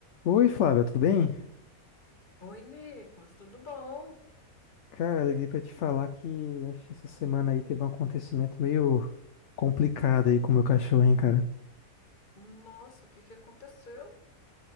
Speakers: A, on the left; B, on the left.
A: Oi, Flávia, tudo bem?
B: Oi, Nicolas, tudo bom?
A: Cara, liguei pra te falar que acho que essa semana aí teve um acontecimento meio complicado aí com o meu cachorro, hein, cara.
B: Nossa, o que que aconteceu?